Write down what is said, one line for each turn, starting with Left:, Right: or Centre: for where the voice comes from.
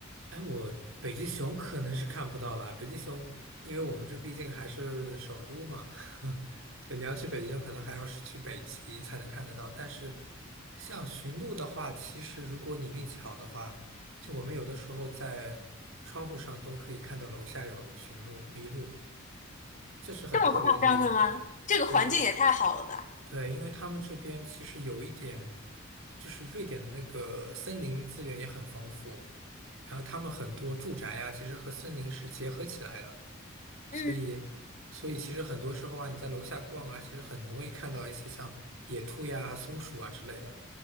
Right: 哎，我北极熊可能是看不到啦。北极熊，因为我们这毕竟还是首都嘛，<laughs> 对，你要去北极熊，可能还要是去北极才能看得到。但是，像驯鹿的话，其实如果你运气好的话，就我们有的时候在窗户上都可以看到楼下有驯鹿、麋鹿，这是很特别的一点。
Left: 这么夸张的吗？这个环境也太好了吧！
Right: 对。对，因为他们这边其实有一点，就是瑞典的那个森林资源也很丰富，然后他们很多住宅呀，其实和森林是结合起来的，所以，
Left: 嗯，
Right: 所以其实很多时候啊，你在楼下逛啊，其实很容易看到一些像野兔呀、松鼠啊之类的，